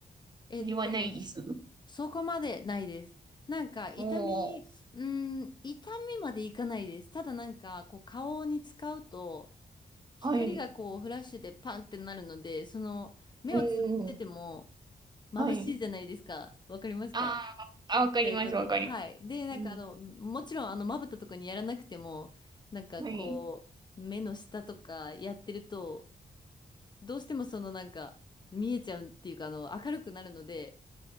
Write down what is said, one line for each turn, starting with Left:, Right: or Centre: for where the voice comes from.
Left: えっと、
Right: それはないです。
Left: そそこまでないです。なんか痛み、
Right: おー、
Left: うん、痛みまでいかないです。ただなんかこう顔に使うと光がこうフラッシュでパンってなるので、
Right: はい。
Left: その目をつぶってても
Right: うん、
Left: 眩しいじゃないですか。
Right: はい。
Left: わかりますか
Right: あー、あわかります、
Left: 言いたいこと。
Right: わかります。
Left: はい。で、なんかあの、
Right: うん、
Left: もちろんあのまぶたとかにやらなくても、なんかこう目の下とかやってると、
Right: はい。
Left: どうしてもそのなんか見えちゃうっていうかあの明るくなるので、